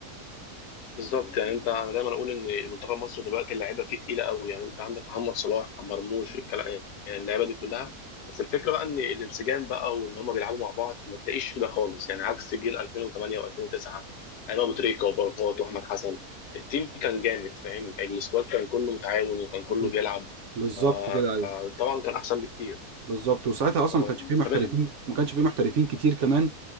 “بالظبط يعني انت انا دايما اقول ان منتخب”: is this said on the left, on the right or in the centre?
Left